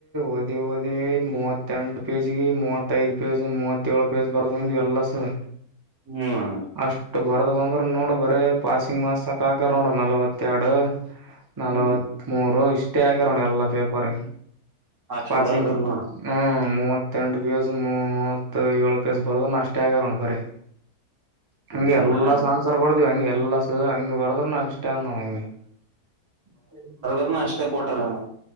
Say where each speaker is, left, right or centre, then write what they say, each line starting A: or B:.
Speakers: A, on the right (about 35°); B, on the right (about 55°).
A: ಓದಿ ಓದಿ ಮೂವತ್ತೆಂಟು ಪೇಜ್ ಮೂವತ್ತ ಐದು ಪೇಜ್ ಮೂವತ್ತ ಏಳು <unintelligible> ಬರ್ದ ಬಂದ ಎಲ್ಲ <unintelligible>
B: ಹ್ಮ್ ಅಣ್ಣ
A: ಅಷ್ಟ ಬರ್ದ ಬಂದ್ರ <unintelligible> ನೋಡು ಬರ ಪಾಸಿಂಗ್ ಮಾಸ್ಕ್ ಹಾಕ ನೋಡ ನಲವತ್ತ ಎರಡು ನಲವತ್
B: ಹ್ಮ್
A: ಮೂರು ಇಷ್ಟೇ ಆಕ್ಯಾರ ನೋಡಿ ಎಲ್ಲಾ ಪೇಪರ್
B: ಅಷ್ಟು
A: ಪಾಸಿಂಗ್
B: ಬರ್ದ್ರ ನೋಣ
A: ಹ್ಮ್ ಮೂವತ್ತೆಂಟು <unintelligible> <unintelligible> ಪ್ಯೂಸ್ ಮೂವತ್ ಏಳು ಪ್ಯೂಸ್ ಬರ್ದ ಅಷ್ಟೇ ಆಗಾರೋಣ ಬರಿೀ ಹಂಗಗೆ
B: ಈಗ
A: ಎಲ್ಲಾ
B: ಹಣ
A: ಸನ್ರ್ ಬರ್ದ್ವಿ ಹಂಗಗೆ ಎಲ್ಲ ಸ ಹಂಗ್ ಬರ್ದ <unintelligible> ಷ್ಟಣಗೆಗೆ <inaudible>
B: <unintelligible> ಅಷ್ಟೇ ಕೊಟಾರಣ್ಣ